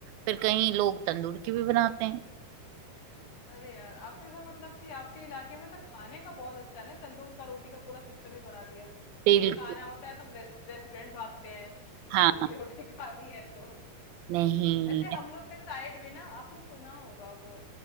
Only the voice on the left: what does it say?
अरे यार आपके घर मतलब कि आपके इलाके में तो खाने का बहुत अच्छा है ना तंदूर का रोटी का पूरा सिस्टम ही बना दिया
हमें खाना होता है तो हम रेस्ट, रेस्टोरेंट भागते हैं तंदूर
की रोटी <laughs> खानी है तो
ऐसे हम लोग के साइड भी ना आपने सुना होगा वो